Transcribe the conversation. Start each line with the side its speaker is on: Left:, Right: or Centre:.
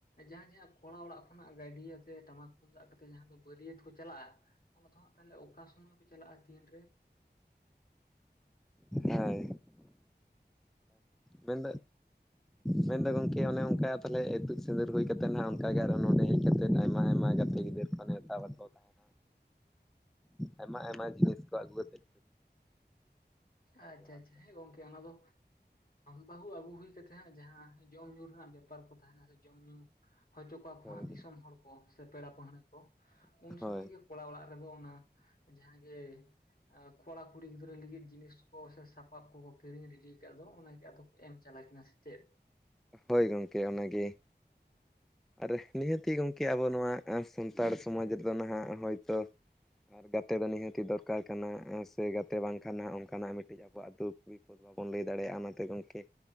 Left: ᱡᱟᱦᱟᱸ ᱡᱟᱦᱟᱸ ᱠᱚᱲᱟ ᱚᱲᱟᱜ ᱠᱷᱚᱱᱟᱜ ᱜᱟᱹᱰᱤᱭᱟᱛᱮ ᱴᱟᱢᱟᱠ ᱛᱩᱢᱫᱟᱜ ᱠᱟᱛᱮᱜ ᱡᱟᱦᱟᱸ ᱫᱚ ᱵᱟᱹᱨᱭᱟᱹᱛ ᱠᱚ ᱪᱟᱞᱟᱜᱼᱟ, ᱚᱱᱟ ᱫᱚ ᱦᱟᱸᱜ ᱛᱟᱦᱚᱞᱮ ᱚᱠᱟ ᱥᱚᱢᱚᱭ ᱠᱚ ᱪᱟᱞᱟᱜᱼᱟ, ᱛᱤᱱ ᱨᱮ?
Centre: ᱦᱮᱸᱭ, ᱢᱮᱱᱫᱚ ᱢᱮᱱ ᱫᱚ ᱜᱚᱝᱠᱮ ᱚᱱᱮ ᱚᱝᱠᱟ ᱛᱟᱦᱚᱞᱮ ᱤᱛᱩᱫ ᱥᱤᱸᱫᱩᱨ ᱦᱩᱭ ᱠᱟᱛᱮᱫ ᱱᱟᱜ ᱚᱱᱠᱟᱜᱮ ᱟᱨᱚ ᱱᱚᱰᱮ ᱦᱮᱡ ᱠᱟᱛᱮᱫ ᱟᱭᱢᱟ ᱟᱭᱢᱟ ᱜᱟᱛᱮ ᱜᱤᱫᱟᱹᱨ ᱱᱮᱣᱛᱟ ᱠᱚ ᱠᱚ ᱛᱟᱦᱮᱱ
Left: <unintelligible>
Centre: ᱾
Left: <inaudible>
Centre: ᱟᱭᱢᱟ ᱟᱭᱢᱟ ᱡᱤᱱᱤᱥ ᱠᱚ ᱟᱹᱜᱩ ᱠᱟᱛᱮᱫ ᱾
Left: ᱟᱪᱪᱷᱟ,
Centre: ᱵᱮᱣᱦᱟᱨ
Left: ᱟᱪᱪᱷᱟ,
Centre: ᱵᱮᱣᱦᱟᱨ
Left: ᱦᱮᱸ ᱜᱚᱝᱠᱮ
Centre: ᱠᱚᱣᱟ᱾
Left: ᱚᱱᱟ ᱫᱚ ᱵᱟᱹᱦᱩ ᱟᱹᱜᱩ ᱦᱩᱭ ᱠᱟᱛᱮ ᱦᱟᱸᱜ ᱡᱟᱦᱟᱸ ᱡᱚᱢ ᱧᱩ ᱨᱮᱱᱟᱜ ᱵᱮᱯᱟᱨ ᱠᱚ ᱛᱟᱦᱮᱸᱱᱟ, ᱥᱮ ᱡᱚᱢ ᱧᱩ ᱦᱚᱪᱚ ᱠᱚᱣᱟ ᱠᱚ
Centre: ᱦᱳᱭ
Left: ᱦᱟᱸᱜ ᱫᱤᱥᱚᱢ ᱦᱚᱲ ᱠᱚ ᱥᱮ ᱯᱮᱲᱟ ᱯᱟᱹᱲᱦᱟᱹ ᱠᱚ ᱾ ᱩᱱ ᱥᱚᱢᱚᱭ
Centre: ᱦᱳᱭ
Left: ᱜᱮ ᱠᱚᱲᱟ ᱚᱲᱟᱜ ᱨᱮᱫᱚ ᱚᱱᱟ ᱡᱟᱦᱟᱸᱜ ᱜᱮ ᱮᱸ ᱠᱚᱲᱟ ᱠᱩᱲᱤ ᱜᱤᱫᱽᱨᱟᱹ ᱞᱟᱹᱜᱤᱫ ᱡᱤᱱᱤᱥ ᱠᱚ ᱥᱮ ᱥᱟᱯᱟᱯ ᱠᱚᱠᱚ ᱠᱤᱨᱤᱧ ᱨᱮᱰᱤᱭ ᱠᱟᱜ ᱫᱚ ᱚᱱᱟ ᱜᱮ ᱟᱫᱚ ᱮᱢ ᱪᱟᱞᱟᱭ ᱠᱤᱱᱟ ᱥᱮ ᱪᱮᱫ?
Centre: ᱦᱳᱭ ᱜᱚᱝᱠᱮ ᱚᱱᱟ ᱜᱮ ᱾ ᱟᱨ ᱱᱤᱦᱟᱹᱛᱤ ᱜᱚᱝᱠᱮ ᱟᱵᱚ ᱱᱚᱣᱟ ᱥᱟᱱᱛᱟᱲ ᱥᱚᱢᱟᱡᱽ ᱨᱮ ᱫᱚ ᱱᱟᱦᱟᱜ ᱦᱚᱭᱛᱳ ᱟᱨ ᱜᱟᱛᱮ ᱫᱚ ᱱᱤᱦᱟᱹᱛᱤ ᱫᱚᱨᱠᱟᱨ ᱠᱟᱱᱟ ᱥᱮ, ᱜᱟᱛᱮ ᱵᱟᱝᱠᱷᱟᱱ ᱱᱟᱦᱟᱜ ᱚᱱᱠᱟᱱᱟᱜ ᱢᱤᱫᱴᱤᱡ ᱟᱵᱚᱣᱟᱜ ᱫᱩᱠ ᱯᱚᱫ ᱵᱟᱵᱚᱱ ᱞᱟᱹᱭ ᱫᱟᱲᱮᱭᱟᱜᱼᱟ ᱚᱱᱟᱛᱮ ᱜᱚᱝᱠᱮ